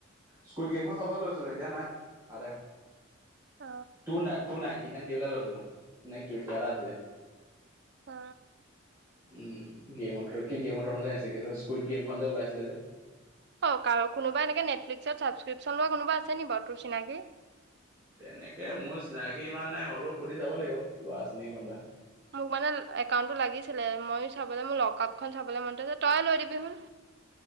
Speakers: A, on the right; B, on the right.
A: স্কুটি এখন চাব লৈছিলো এতিয়া নাই! আদাই হ'ল,
B: অ
A: two nine, two nine. Three ninety এটা লৈছিলো। নে ক কিবা এটা আছিলে।
B: অ
A: উম গেমত কি গেমত তনজাই আছে, কি স্কুইড গেম খন যে ওলাইছিলে যে।
B: অ কাৰ কোনবা এনেক নেটফ্লিকসত ছাবসক্ৰিপশন লোৱা কোনোবা আছে নেকি বাৰু তোৰ চিনাকি?
A: তেনেকে মোৰ চিনাকি ইমান নাই হ'লেও সুধি চাব লাগিব! ল'ৰা আছেনেকি কোনোবা।
B: মোক মানে একাউণ্টটো লাগিছিলে ময়ো চাবলৈ, মোৰ লক আপখন চাবলৈ মনতে আছে তয়ে লৈ দিবি হোন।